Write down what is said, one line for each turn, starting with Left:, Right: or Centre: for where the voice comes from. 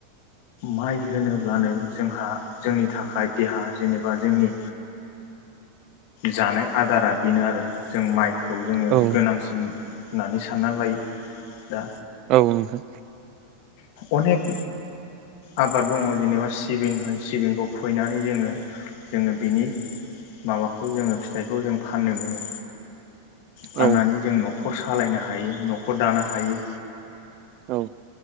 Left: माइ होनोब्लानो जोंहा जोंनि थाखाय देहा जेनेबा जोंनि जानाय आदारा बेनो आरो जों माइ खौ जोङो
Right: औ
Left: गोनांसिन होननानै सानना लायो दा
Right: औ नोंथां
Left: अनेख आबाद दङ जेनेबा सिबिं होन सिबिंखौ खुबैनानै जोङो जोङो बेनि माबा बेखौ जोङो फिथाइखौ जों फाननो मोनो फाननानै
Right: औ
Left: जों न'खर स सालायनो हायो न'खर दानो हायो
Right: औ